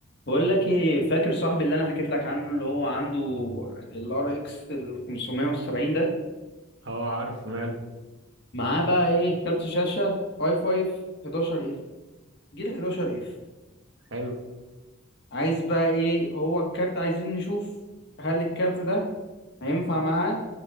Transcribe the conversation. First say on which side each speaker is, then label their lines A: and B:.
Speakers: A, on the left; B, on the right.
A: بقول لك ايه فاكر صاحبي اللي انا حكيت لك عنه اللي هو عنده الار اكس ال 570 ده
B: اه عارفه ماله
A: معاه بقى ايه كارت شاشه اي 5 11 اف جيل 11 اف
B: حلو
A: عايز بقى ايه هو الكارت عايزين نشوف هل الكارت ده هينفع معاه